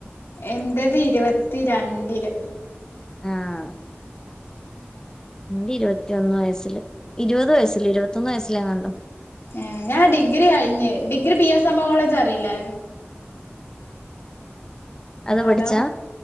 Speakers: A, on the left; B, on the left.
A: എന്റത് ഇരുപത്തിരണ്ടില്
B: ആഹ് അന്റെ ഇരുപത്തിയൊന്ന് വയസ്സില് ഇരുപത് വയസ്സില് ഇരുപത്തൊന്ന് വയസ്സിലങ്ങണ്ടോ
A: ഏ ഞാൻ ഡിഗ്രി കഴിഞ് degree P S M college അറിയില്ലേ
B: അത്
A: ഹലോ
B: പഠിച്ചാ